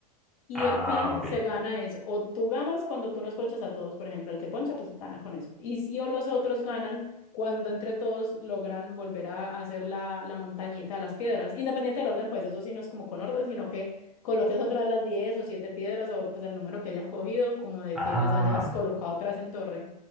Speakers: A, on the left; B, in the centre.
A: Y
B: Ah,
A: el fin
B: ok.
A: se gana es, o tú ganas cuando tú nos ponchas a todos, por ejemplo, el que poncha, pues gana con eso. Y si o los otros ganan cuando entre todos logran volver a hacer la, la montañita de las piedras, independiente del orden, pues eso sí no es como con orden, sino que coloques otra de las 10 o 7 piedras o pues el número que hayan cogido, como de
B: Ah,
A: que las hayas colocado atrás en torre.